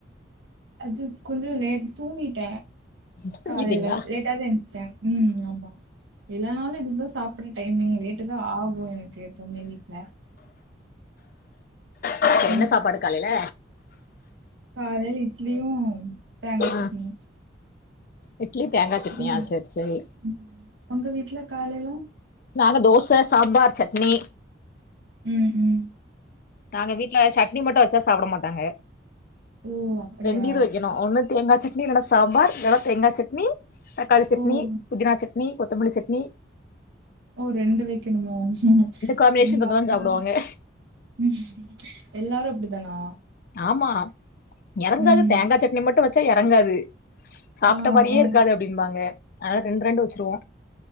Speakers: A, on the right; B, on the left.
A: அது கொஞ்சோ லேட் தூங்கிட்ட
B: தூங்கிட்டீங்களா
A: காலையில லேட்டா தா எந்திச்ச ம் ஆம்மா எல்லானாலோ இதுதா சாப்புட்ற டைமிங் லேட்டு தா ஆகோ எனக்கு போமே வீட்ல
B: ஆ என்ன
A: ம்
B: சாப்பாடு காலேல
A: காலேல இட்லியு தேங்கா
B: ஆ
A: சட்னியு
B: இட்லி தேங்கா சட்னியா
A: ம்
B: செர் செரி
A: ம் உங்க வீட்ல காலைல
B: நாங்க தோச சாம்பார் ஜட்னி
A: உம் உம்
B: நாங்க வீட்ல சட்னி மட்டோ வெச்சா சாப்ட மாட்டாங்க
A: ஓ அப்படியா
B: ரெண்டு இது வெக்கணோ ஒண்ணு தேங்கா ஜட் னி வேனா சாம்பார் இல்லனா தேங்கா ஜட்னி தக்காளி ஜட்னி
A: ஓ
B: புதினா ஜட்னி கொத்தமல்லி ஜட்னி
A: ஓ ரெண்டு வெய்க்கணுமோ
B: காம்பினேஷன்
A: ரெண்டு
B: இருந்தாதா
A: ஆப்னா
B: சாப்டுவாங்க
A: ம் எல்லாரோ அப்டித்தானா
B: ஆம்மா எறங்காது
A: ம்.
B: தேங்கா ஜட்னி மட்டு வெச்சா எறங்காது சாப்ட்ட
A: ஆ,
B: மாரியே
A: ஆ.
B: இருக்காது அப்டின்பாங்க அனால ரெண்டு ரெண்டு வச்சுருவோ